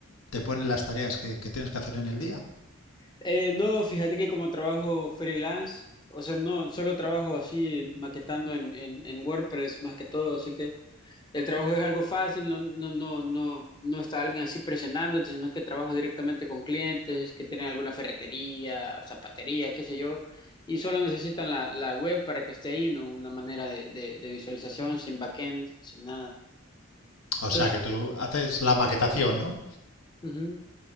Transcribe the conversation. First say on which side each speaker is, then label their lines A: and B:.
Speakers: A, on the left; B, on the left.
A: te ponen las tareas que, que tienes que hacer en el día?
B: Eh, no, fíjate que como trabajo freelance, o sea, no, solo trabajo así maquetando en, en, en WordPress más que todo, así que El trabajo es algo fácil, no, no, no, no, no está alguien así presionándote, sino que trabajo directamente con clientes que tienen alguna ferretería, zapatería, qué sé yo, y solo necesitan la, la web para que esté ahí, no una manera de, de, de visualización, sin backend, sin nada. Entonces,
A: O sea, que tú haces la maquetación, ¿no?
B: ujú.